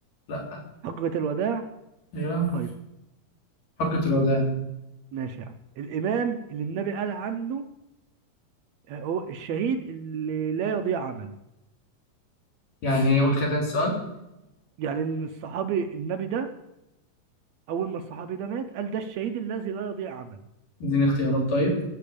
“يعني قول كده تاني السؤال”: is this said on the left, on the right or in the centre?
Left